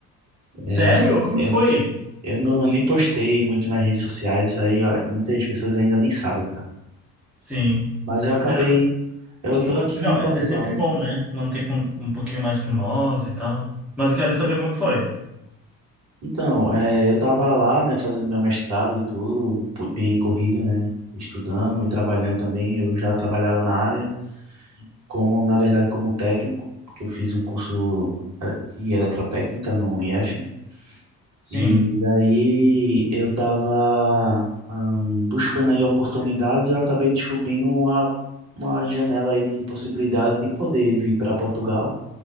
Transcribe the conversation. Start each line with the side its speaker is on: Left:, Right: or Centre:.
Right: É,
Centre: Sério? Como
Right: eu,
Centre: que foi?
Right: eu não, nem postei muito nas redes sociais, aí ah, muitas pessoas ainda nem sabem, tá?
Centre: Sim.
Right: Mas eu acabei,
Centre: Ah, não.
Right: indo- eu
Centre: Quem-
Right: tô aqui
Centre: Não,
Right: em
Centre: é
Right: Portugal.
Centre: é sempre bom, né? Manter com... um pouquinho mais com nós e tal. Mas eu quero saber como que foi.
Right: Então, é, eu tava lá, né, fazendo meu mestrado e tudo, pu- bem corrido, né? Estudando e trabalhando também, eu já trabalhava na área. como na verdade como técnico, porque eu fiz um curso eh, de eletrotécnica no IF,
Centre: Sim,
Right: e daí eu estava buscando aí oportunidades e eu acabei descobrindo uma, uma janela aí de possibilidade de poder vir para Portugal